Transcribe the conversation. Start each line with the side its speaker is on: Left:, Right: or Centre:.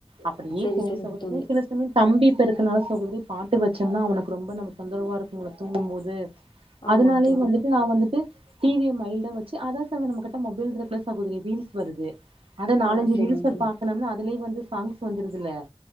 Right: அப்டியே
Left: சரி
Right: போகு
Left: சரிங்க
Right: சகோதரி
Left: தோழி
Right: சில தம்பி இப்ப இருக்கனால சகோதரி பாட்டு வச்சோம்னா அவனுக்கு ரொம்ப நம்ம தொந்தரவா இருக்கும்முல தூங்கும் போது
Left: ஆமாங்க
Right: அதனாலயு
Left: தோழி
Right: வந்துட்டு நா வந்துட்டு டி விய மைல்டா வச் அதே சமயோ நம்ம கிட்ட மொபைல் இருக்குல சகோதரி ரீல்ஸ் வருது அத நாலஞ்சு
Left: ஆ சரிங்க
Right: ரீல்ஸ்ல
Left: தோழி
Right: பாக்கனம்னா அதுலய வந்து சாங்ஸ் வந்துருது இல்லயா